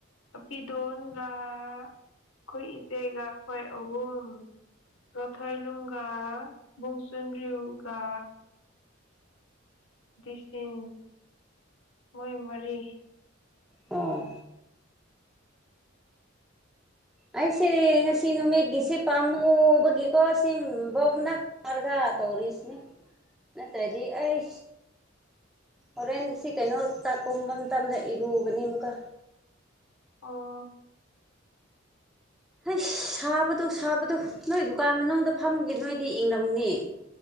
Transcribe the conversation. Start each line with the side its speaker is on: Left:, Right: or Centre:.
Left: ꯄꯤꯗꯣꯣꯟꯒ ꯑꯩꯈꯣꯏ ꯏꯆꯦꯒ ꯑꯩꯈꯣꯏ ꯑꯍꯨꯝ ꯔꯊꯥꯏ ꯂꯨꯡꯒꯥ ꯨꯡꯁꯟꯔꯤꯌꯒꯥ ꯑꯁꯟ ꯃꯣꯏ ꯃꯔꯤ
Centre: ꯑꯣ ꯑꯩꯁꯦ ꯉꯁꯤ ꯅꯨꯃꯤꯠꯒꯤꯁꯤꯦ ꯄꯥꯝꯃꯨꯕꯒꯤꯀꯣ ꯁꯤ ꯕꯣꯛꯅꯔꯒ ꯇꯧꯔꯤꯁꯅꯦ
Left: ꯎ
Centre: ꯅꯠꯇ꯭ꯔꯗꯤ ꯑꯩ ꯍꯣꯔꯦꯟ ꯁꯤ ꯀꯩꯅꯣ ꯇꯥꯛ ꯀꯨꯝꯕ ꯃꯇꯝꯗ ꯏꯔꯨꯒꯅꯤ ꯑꯃꯨꯛꯀ
Left: ꯑꯣ
Centre: ꯍꯣꯏ ꯁꯥꯕꯗꯣ ꯁꯥꯕꯗꯣ ꯅꯣꯏ ꯗꯨꯀꯥꯟ ꯃꯅꯨꯡꯗ ꯐꯝꯃꯒꯤꯦ ꯅꯣꯏꯗꯤ ꯏꯪꯡꯂꯝꯅꯦ